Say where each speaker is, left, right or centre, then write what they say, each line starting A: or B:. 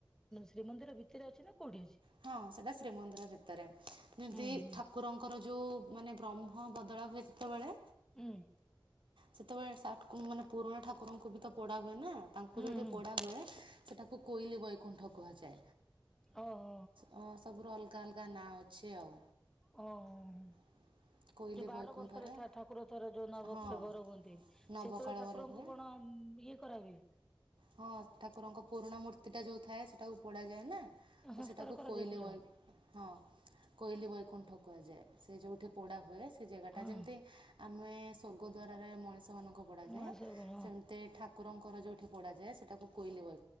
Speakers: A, in the centre; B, on the right.
A: ଶ୍ରୀମନ୍ଦିର ଭିତରେ ଅଛି ନା। କୋଉଠି ଅଛି?
B: ହଁ ସେଟା ଶ୍ରୀମନ୍ଦିର ଭିତରେ ଯେମିତି
A: ଭିତରେ ଅଛି।
B: ଠାକୁରଙ୍କର ଯୋଉ ମାନେ ବ୍ରହ୍ମ ବଦଳା ହୁଏ, ଯେତେବେଳେ
A: ହୁଁ।
B: ସେତେବେଳେ ମାନେ ପୁରୁଣା ଠାକୁରଙ୍କୁ ବି ତ ପୋଡା ହୁଏ ନା ତାଙ୍କୁ
A: ହୁଁ
B: ଯୋଉଠି
A: ହୁଁ
B: ପୋଡା ହୁଏ, ସେ ତାକୁ କୋଇଲି ବୈକୁଣ୍ଠ କୁହାଯାଏ।
A: ଓ ହ।
B: ହଁ ସବୁ ର ଅଲଗା ଅଲଗା ନାଁ ଅଛି ଆଉ।
A: ଓ ହ, ହ।
B: <inaudible>
A: ଯୋଉ ବାର
B: ବୈକୁଣ୍ଠରେ
A: ବର୍ଷରେ ଏ ଠାକୁର ଥର ଯୋଉ ନବଭର
B: ହଁ
A: ହୁଅନ୍ତି,
B: ନବକଳେବର
A: ସେତେବେଳେ ଠାକୁରଙ୍କୁ
B: ହୁଏ
A: କଣ ଇଏ କରାହୁଏ?
B: ହଁ ଠାକୁରଙ୍କ ପୁରୁଣା ମୂର୍ତ୍ତିଟା ଯୋଉ ଥାଏ ସେଟାକୁ ପଡାଯାଏ ନା ତ
A: ସଂସ୍କାର
B: ସେଟାକୁ
A: କରାଯାଏ
B: କୋଇଲି
A: ପୁରା।
B: ବୈ, ହଁ କୋଇଲି ବୈକୁଣ୍ଠ କୁହାଯାଏ। ସେ ଯୋଉଠି ପୋଡା ହୁଏ, ସେ ଜାଗା ଟା
A: ହଁ
B: ଯେମିତି ଆମେ ସ୍ଵର୍ଗ ଦ୍ଵାରରେ ମଣିଷ ସେମାନଙ୍କ ପଡାଯାଏ,
A: ମଣିଷ କଣ
B: ସେମିତି ଠାକୁରଙ୍କର ଯଉଠି ପଡାଯାଏ, ସେଟାକୁ କୋଇଲି ବୈ